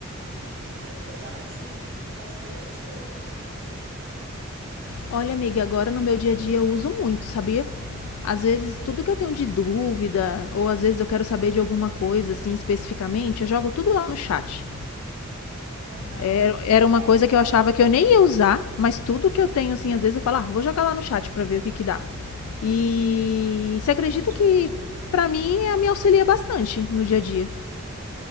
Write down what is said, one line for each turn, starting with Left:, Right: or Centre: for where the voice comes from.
Right: Tu costuma usar, assim, bastante ou não usa tanto?
Left: Olha, amiga, agora no meu dia a dia eu uso muito, sabia? Às vezes, tudo que eu tenho de dúvida, ou às vezes eu quero saber de alguma coisa, assim, especificamente, eu jogo tudo lá no chat.
Right: Aham.
Left: Era era uma
Right: É,
Left: coisa
Right: eu
Left: que
Right: também.
Left: eu achava que eu nem ia usar, mas tudo que eu tenho, assim, às vezes eu falo, ah, vou jogar lá no chat pra ver o que que dá. E você acredita
Right: A gente.
Left: que, pra mim, eh, me auxilia bastante no dia a dia.